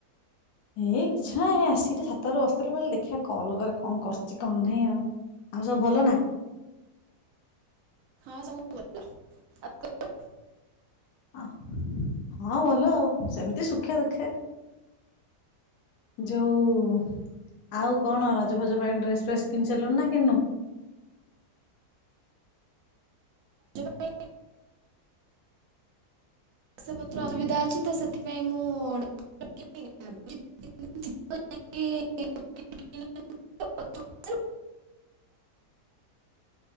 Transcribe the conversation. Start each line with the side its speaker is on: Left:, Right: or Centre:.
Left: ଏଇ କିଛି ନା ଆସିି ଛାତରେ ବସିଥିଲି ବୋଲି ଦେଖିଆ କଲ୍ କରେ କଣ କରଛି କଣ ନାହିଁ ଆଉ। ଆଉ ସବୁ ଭଲନା?
Right: ହଁ ସବୁ ଭଳ ଆଉ ତୋର?
Left: ଅ ହଁ ଭଲ ଆଉ ସେମିତି ସୁ ଖେ ଦୁଃଖେ ଯୋଉ ଆଉ କଣ ରଜ। ଜ ଫଜ ପାଇଁ ଡ୍ରେସ ଫେସ କିଣି ସାରିଲୁଣି ନା କିଣିନୁ?
Right: ପାଇଁ ପଇସା ପତ୍ର ଅସୁବିଧା ଅଛି ତ ସେଥିପାଇଁ ମୁଁ। <unintelligible>
Left: <inaudible>
Right: <unintelligible>